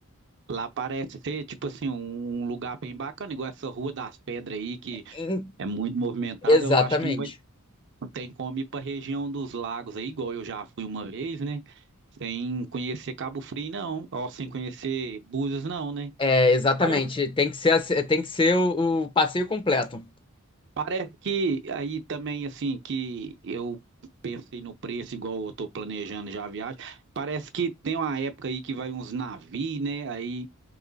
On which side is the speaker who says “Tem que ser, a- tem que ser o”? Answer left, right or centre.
Left